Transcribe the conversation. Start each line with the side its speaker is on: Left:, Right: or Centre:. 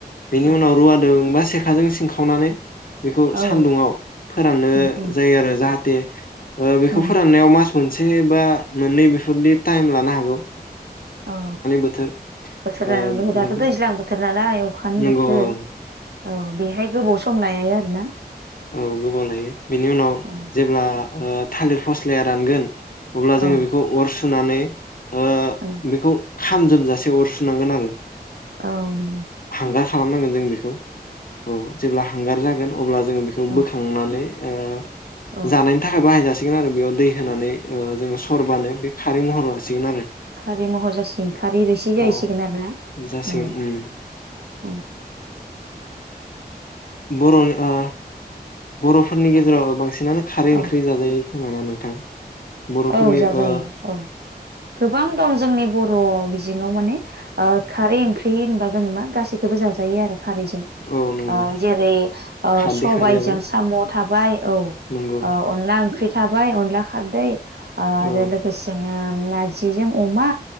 Left: बेनि
Right: औ
Left: उनाव रुवादोंबा सेखाजों सिं खावनानै बेखौ
Right: औ
Left: सान्दुंङाव फोराननो
Right: उम उम
Left: जायो आरो जाहाथे दे ओ बेखौ
Right: उम
Left: फोराननायाव मा मोनसे बा मोननै बेफोरनि टाइम लानो हागौ
Right: औ
Left: बोथोर
Right: बोथोर
Left: ओ
Right: दाथ'
Left: बेनिफ्राय
Right: दैज्लां बोथोर नालाय अखानि
Left: नंगौ
Right: बोथोर
Left: औ
Right: औ बेहाय गोबाव सम सम लायो आरो ना
Left: औ गोबाव लायो बेनि उनाव
Right: औ
Left: जेब्ला ओ थालिर फस्लाया रानगोन अब्ला
Right: औ
Left: जोङो बेखौ अर सु सुनानै ओ
Right: औ
Left: बेखौ खाम जोमजासे अर सुनांगोन आरो
Right: औ नोंगौ
Left: हांगा र खालामनांगोन जों बेखौ औ जेब्ला हांगार जागोन अब्ला जोङो बेखौ
Right: औ
Left: बोखांनानै ओ
Right: औ
Left: जानायनि थाखाय बाहायजासि सिगोन आरो बेयाव दै होनानै ओ जोङो सरबानो बेयो खारै महर लासिगोन आरो
Right: खारि महर जासिगोन खारै रोसि जाहैसिगोन
Left: औ
Right: आरो ना
Left: जासिगोन
Right: औ
Left: उम
Right: औ
Left: बर' ओ बर'फोरनि गेजेराव बांसिन आनो खारै
Right: औ
Left: ओंख्रि जाजायो खोमाना नोंथां बर'फोरनि
Right: औ जाजायो
Left: ओ
Right: औ गोबां दं जोंनि बर' बिजि आव माने ओ खारै ओंख्रै ख्रि होनबा जोङो मा गासैखौबो जाजायो आरो खारैजों।
Left: औ नंगौ
Right: ओ जेरै ओ
Left: खारदै
Right: सबायजों
Left: खारैयाबो
Right: साम थाबाय बाय औ
Left: नंगौ
Right: ओ अनला ओंख्रि थाबाय अनला खारदै आरो
Left: औ
Right: लोगोसेनो ओ नारजिजों अमा